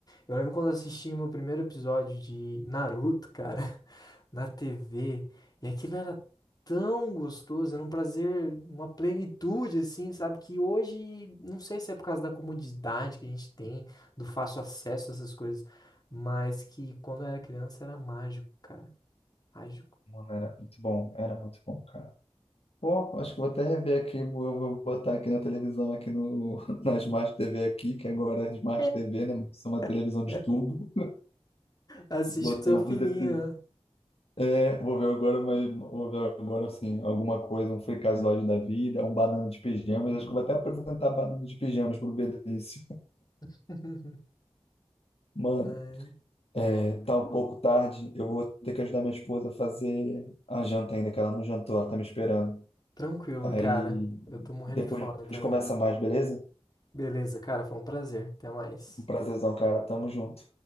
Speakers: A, on the left; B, on the left.
A: Eu lembro quando eu assisti meu primeiro episódio de Naruto, cara, <laughs> na TV, e aquilo era tão gostoso, era um prazer, uma plenitude, assim, sabe? Que hoje, não sei se é por causa da comodidade que a gente tem, do fácil acesso a essas coisas, mas que quando eu era criança era mágico, cara. Mágico.
B: mano, era muito bom, era muito bom, cara. Pô, acho que eu vou até rever aqui, vou, vou botar aqui na televisão, aqui no, <laughs> na Smart TV aqui, que agora é Smart
A: <laughs>
B: TV, né? Isso é uma televisão de
A: É.
B: tubo.
A: Assiste
B: Botamos
A: com seu filhinho.
B: episódio. É, vou ver agora, mas vou ver agora assim, alguma coisa, um fricazoide da vida, um banana de pijamas. Acho que eu vou até apresentar banana de pijamas pro Benício.
A: <laughs>
B: Mano,
A: É,
B: é, tá um pouco tarde, eu vou ter que ajudar minha esposa a fazer a janta ainda, que ela não jantou, ela tá me esperando.
A: tranquilo,
B: Aí
A: cara. Eu tô morrendo
B: depois
A: de fome
B: a
A: também.
B: gente conversa mais, beleza?
A: Beleza, cara, foi um prazer. Até mais.
B: Um prazerzão, cara. Tamo junto.